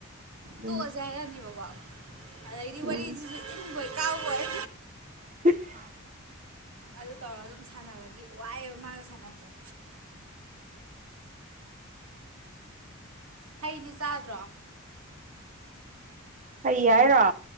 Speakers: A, on the right; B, on the right.
A: ꯎꯝ
B: ꯇꯣꯛꯑꯖꯦ ꯍꯥꯏꯔꯛꯑꯅꯤꯕꯀꯣ ꯑꯗꯩꯗꯤ
A: ꯎꯝ
B: ꯋꯥꯔꯤꯁꯤꯖꯨ ꯏꯟꯕꯣꯏ ꯀꯥꯎꯕꯣꯏ
A: <unintelligible>
B: ꯑꯗꯨ ꯇꯧꯔ ꯑꯗꯨꯝ ꯁꯥꯟꯅꯕꯒꯤ ꯋꯥꯏꯌꯦꯕ ꯃꯥꯒ ꯁꯥꯟꯅꯕꯖꯦ ꯍꯩꯗꯤ ꯆꯥꯗ꯭ꯔꯣ
A: ꯍꯩ ꯍꯥꯏꯔꯣ